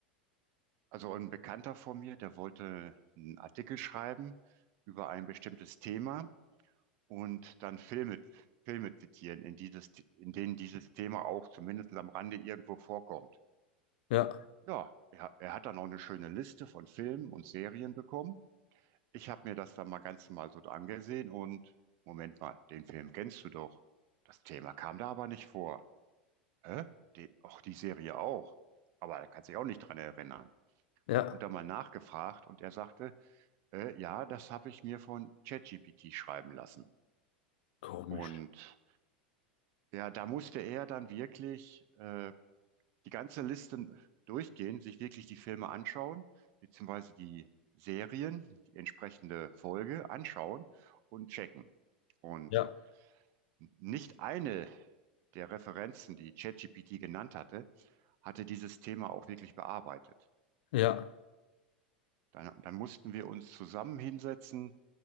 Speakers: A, on the right (about 50°); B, on the left (about 65°).
A: Also ein Bekannter von mir, der wollte einen Artikel schreiben über ein bestimmtes Thema und dann Filme, Filme zitieren, in dieses, in denen dieses Thema auch zumindest am Rande irgendwo vorkommt.
B: ja.
A: Ja, er, er hat dann auch eine schöne Liste von Filmen und Serien bekommen. Ich habe mir das dann mal ganz normal so angesehen und Moment mal, den Film kennst du doch. Das Thema kam da aber nicht vor. Hä? Die, auch die Serie auch. Aber er kann sich auch nicht dran erinnern.
B: Ja,
A: Und dann mal nachgefragt und er sagte, äh, ja, das habe ich mir von ChatGPT schreiben lassen.
B: komisch.
A: Und Ja, da musste er dann wirklich äh, die ganze Liste durchgehen, sich wirklich die Filme anschauen, beziehungsweise die Serien, die entsprechende Folge anschauen und checken. Und
B: Ja.
A: nicht eine der Referenzen, die ChatGPT genannt hatte, hatte dieses Thema auch wirklich bearbeitet.
B: Ja,
A: Dann, dann mussten wir uns zusammen hinsetzen